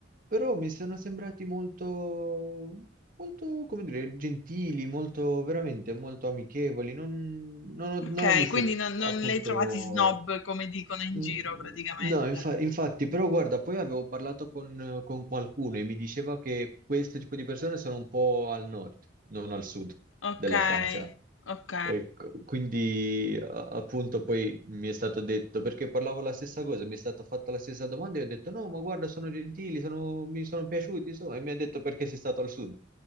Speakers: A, on the right; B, on the left.
A: però mi sono sembrati molto, molto, come dire, gentili, molto, veramente molto amichevoli. Non, non ho,
B: Ok,
A: non ho visto
B: quindi non, non
A: appunto
B: le hai trovati snob come dicono in
A: Mm,
B: giro praticamente.
A: No, infa- infatti, però guarda, poi avevo parlato con, con qualcuno e mi diceva che questo tipo di persone sono un po' al nord, non al sud
B: Ok,
A: della Francia.
B: ok.
A: Ecco, quindi a- appunto poi mi è stato detto, perché parlavo la stessa cosa, mi è stata fatta la stessa domanda e ho detto no, ma guarda, sono gentili, sono- mi sono piaciuti, insomma, e mi ha detto perché sei stato al sud.